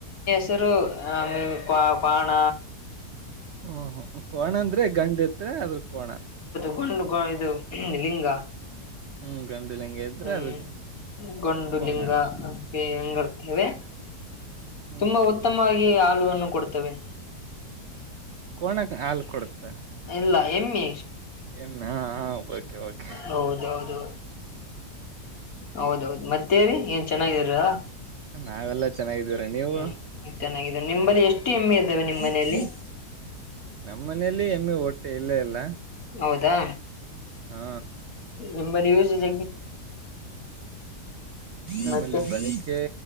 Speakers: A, on the left; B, on the right.
A: <inaudible> ಪಾಣ
B: ಹಓ ಕೋಣ ಅಂದ್ರೆ ಗಂಡ್ ಇತ್ ಅದ್ರ ಕೋಣ
A: ಕೊಂಡು ಇದು ಲಿಂಗ
B: ಹ್ಮ್ ಗಂಡು ಲಿಂಗ ಇದ್ರೆ
A: ಹ್ಮ್
B: ಅದ
A: ಗಂಡುಲಿಂಗ
B: ಕೋಣ
A: ಹೆಂಗರ್ತೇವೆ
B: ಹ್ಮ್
A: ತುಂಬಾ
B: ಹ್ಮ್
A: ಉತ್ತಮವಾಗಿ ಹಾಲು ಕೊಡ್ತವೆ
B: ಕೋಣಕ್ ಹಾಲ್ ಕೊಡುತ್ತಾ,
A: ಇಲ್ಲ ಎಮ್ಮಿ.
B: ಎನ್ ಓಕೆ ಓಕೆ <inaudible>
A: ಹೌದೌದು ಹೌದೌದು ಮತ್ತೇರಿೀ ಏನ್ ಚೆನ್ನಾಗಿದ್ರ
B: ನಾವೆಲ್ಲಾ ಚೆನ್ನಾಗಿದ್ದೀವ್ರ ನೀವು
A: ಹ್ಮ ಚೆನ್ನಾಗಿ ನಿಂಬಲ್ಲಿ ಎಷ್ಟು ಎಮ್ಮೆ ಇದ್ದಾವೆ ನಿಮ್ಮ್ ಮನೆಯಲ್ಲಿ
B: <inaudible> ನಮ್ಮ ಮನೇೆಯಲ್ಲಿ ಹೆಮ್ಮೆ ಒಟ್ಟ ಮ ಇಲ್ಲೇ ಎಲ್ಲ
A: ಹೌದಾ
B: ಹಾ
A: ನಿಮ್ಮ ನೀವುಸ್ <inaudible> ಜ
B: ನಮ್ಮಲ್ಲಿ
A: ಮತ್ತೆ
B: ಬಳಿಕೆ